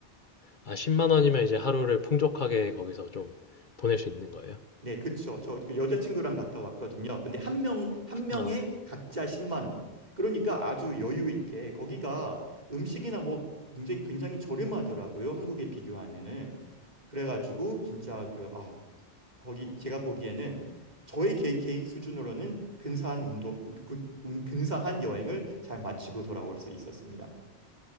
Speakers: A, on the left; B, on the right.
A: 아, 10만 원이면 이제 하루를 풍족하게 거기서 좀 보낼 수 있는 거예요?
B: 네, 그쵸. 저그 여자친구랑 갔다 왔거든요. 근데 한 명, 한 명에
A: 아, 네.
B: 각자 10만 원. 그러니까 아주 여유 있게 거기가 음식이나 뭐 굉장히, 굉장히 저렴하더라고요. 한국에 비교하면은. 그래가지고 진짜 그, 아, 거기 제가 보기에는 저의 개, 개인 수준으로는 근사한 운동, 그- 운- 근사한 여행을 잘 마치고 돌아올 수 있었습니다.